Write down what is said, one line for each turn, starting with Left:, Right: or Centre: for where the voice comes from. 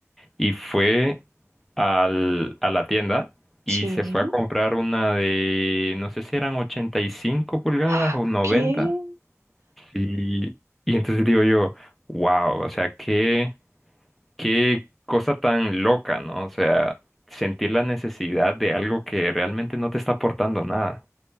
Centre: y fue al, a la tienda y
Right: sí.
Centre: se fue a comprar una de, no sé si eran 85 pulgadas
Right: Ah,
Centre: o 90.
Right: ¿Qué?
Centre: Y, y entonces digo yo, wow, o sea, qué, qué cosa tan loca, ¿no? O sea, sentir la necesidad de algo que realmente no te está aportando nada.